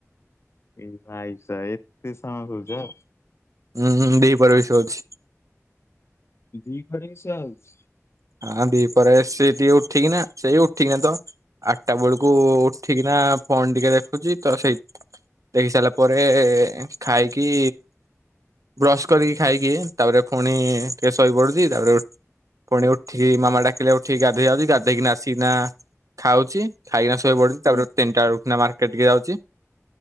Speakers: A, on the left; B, on the right.
A: ଏଇ ଭାଇସ ଏତେ ସମୟ ଶଉଛ
B: ହୁଁ ହୁଁ ଦିପହର ବି ଶଉଛି
A: ଦିପହରେ ବି ଶୁଆ ହଉଛି
B: ହଁ ଦି ପରେ ସେ ଟିକେ ଉଠିକି ନା ସେଇ ଉଠିକିନା ତ ଆଠଟା ବେଳକୁ ଉଠିକିନା ଫୋନ ଟିକେ ଦେଖୁଛି ତ ସେଇ ଦେଖି ସାରିଲା ପରେ ଖାଇକି ବ୍ରସ୍ କରିକି ଖାଇକି ତାପରେ ପୁଣି ଟିକେ ଶେଇପଡୁଛି ତାପରେ ପୁଣି ଉ ଠିକି ମାମା ଡାକିଲେ ଉଠିକି ଗାଧେଇ ଯାଉଛି ଗାଧେଇକି ଆସିକିନା ଖାଉଛି ଖାଇକିନା ଶୋଇପଡୁଛି ତାପରେ
A: ହୁଁ
B: ତିନିଟା ବେଳକୁ ଉଠିକିନା ମାର୍କେଟ୍ ଟିକେ ଯାଉଛି